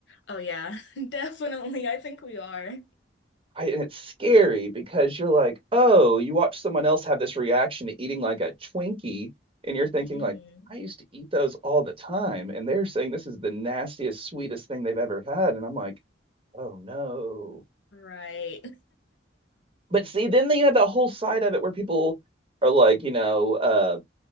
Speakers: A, on the left; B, on the right.
A: Oh yeah, <laughs> definitely. I think we are.
B: I, and it's scary because you're like, oh, you watch someone else have this reaction to eating like a Twinkie, and you're thinking
A: hmm
B: like, I used to eat those all the time, and they're saying this is the nastiest, sweetest thing they've ever had, and I'm like, oh no.
A: Right.
B: But see, then you have that whole side of it where people are like, you know, uh,